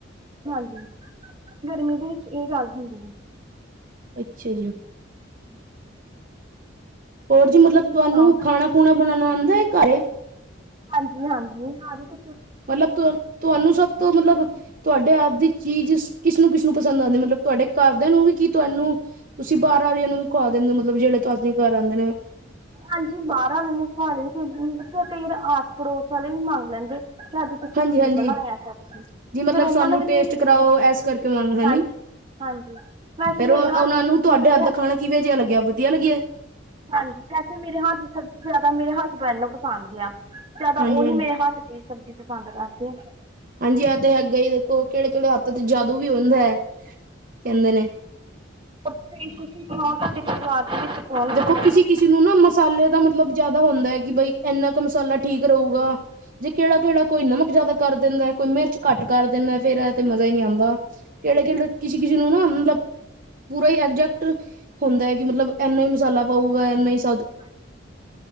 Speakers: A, on the right; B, on the right.
A: ਹਾਂਜੀ ਗਰਮੀ ਦੇ ਵਿੱਚ ਇਹ ਗੱਲ ਹੁੰਦੀ ਹੈ।
B: ਅੱਛਾ ਜੀ।
A: ਹਮ
B: ਹੋਰ ਜੀ ਮਤਲਬ ਤੁਹਾਨੂੰ
A: ਸੁਣਾਓ
B: ਖਾਣਾ ਖੁਣਾ ਬਣਾਣਾ ਆਂਦਾ ਹੈ ਘਰੇ
A: ਹਾਂਜੀ, ਹਾਂਜੀ ਹਰ ਇਕ
B: ਮਤਲਬ ਤੁਹਾਨੂੰ ਸਭ ਤੋਂ ਮਤਲਬ ਤੁਹਾਡੇ ਹੱਥ ਦੀ ਚੀਜ਼ ਕਿਸਨੂੰ ਕਿਸ ਨੂੰ ਪਸੰਦ ਆਂਦੀ ਮਤਲਬ ਤੁਹਾਡੇ ਘਰਦੇ ਨੂੰ ਵੀ ਕੀ ਤੁਹਾਨੂੰ ਤੁਸੀਂ ਬਾਹਰ ਆਲਿਆਂ ਨੂੰ ਵੀ ਖਵਾ ਦਿੰਦੇ ਹੋ ਮਤਲਬ ਜਿਹੜੇ ਤੁਹਾਡੇ ਘਰ ਆਂਦੇ ਨੇ
A: ਹਾਂਜੀ ਬਾਹਰਾਂ ਆਲੇ ਨੂੰ ਖੁਆ ਦੇ ਕਈ ਵਾਰ ਆਸ ਪੜੋਸ ਵਾਲੇ ਵੀ ਮੰਗ ਲੈਂਦੇ ਤੇ ਅੱਜ ਤੁਸੀਂ
B: ਹਾਂਜੀ
A: ਕੀ
B: ਹਾਂਜੀ
A: ਬਣਾਇਆ ਸਬਜ਼ੀ ਤੇ
B: ਜੀ ਮਤਲਬ
A: ਫੇਰ ਉਹਨਾਂ
B: ਸਾਨੂੰ
A: ਨੇ ਵੀ
B: ਟੇਸਟ
A: ਦੇ ਦਿੱਤੀ
B: ਕਰਾਓ
A: ਐ,
B: ਇਸ ਕਰਕੇ ਮੰਗ ਹੈਨੀ
A: ਹਾਂਜੀ। ਹਾਂਜੀ ਵੈਸੇ
B: ਫੇਰ
A: ਮੇਰੇ
B: ਉਹਨਾਂ
A: ਹੱਥ ਦੀ
B: ਨੂੰ
A: ਸਬਜ਼ੀ
B: ਤੁਹਾਡੇ
A: ਮੇਰੇ
B: ਹੱਥ ਦਾ ਖਾਣਾ ਕਿਵੇਂ ਜੇ ਲੱਗਿਆ ਵਧੀਆ ਲੱਗਿਆ।
A: ਹਾਂਜੀ, ਵੈਸੇ ਮੇਰੇ ਹੱਥ ਦੀ ਸਬਜ਼ੀ ਜ਼ਿਆਦਾ ਮੇਰੇ ਹਸਬੈਂਡ ਨੂੰ ਪਸੰਦ ਆ। ਜਿਆਦਾ
B: ਹਾਂਜੀ
A: ਉਹੀ
B: ਹਾਂਜੀ
A: ਮੇਰੇ ਹੱਥ ਦੀ ਸਬਜ਼ੀ ਪਸੰਦ ਕਰਦੇ ਆ।
B: ਹਾਂਜੀ ਇਹ ਤੇ ਹੈਗਾ ਹੀ ਦੇਖੋ ਕਿਹੜੇ ਕਿਹੜੇ ਹੱਥ ਤੇ ਜਾਦੂ ਵੀ ਹੁੰਦੈ ਕਹਿੰਦੇ ਨੇ
A: ਪਰ ਤੁਸੀਂ ਸੁਣਾਓ ਤੁਹਾਡੇ ਪਰਿਵਾਰ ਦੇ ਵਿੱਚ ਕੌਣ
B: ਦੇਖੋ
A: ਕੌਣ ਹੈਗਾ
B: ਕਿਸੇ, ਕਿਸੇ ਨੂੰ ਨਾ ਮਸਾਲੇ ਦਾ ਮਤਲਬ ਜ਼ਿਆਦਾ ਹੁੰਦੈ, ਕਿ ਬਈ ਇੰਨਾ ਕੁ ਮਸਾਲਾ ਠੀਕ ਰਹੂਗਾ। ਜੇ ਕਿਹੜਾ, ਕਿਹੜਾ ਕੋਈ ਨਮਕ ਜਿਆਦਾ ਕਰ ਦਿੰਦਾ ਕੋਈ ਮਿਰਚ ਘੱਟ ਕਰ ਦਿੰਦਾ ਫੇਰ ਇਹ ਤੇ ਮਜ਼ਾ ਹੀ ਨਹੀਂ ਆਉਂਦਾ। ਕੇੜੇ ਕੈਂਦੇ ਕਿਸੀ ਕਿਸੀ ਨੂੰ ਨਾ ਮਤਲਬ ਪੂਰਾ ਈ ਐਗਜੈਟ ਹੁੰਦੈ ਕੀ ਮਤਲਬ ਐਨਾ ਈ ਮਸਾਲਾ ਪਊਗਾ ਐਨਾ ਈ ਸਦ
A: <inaudible>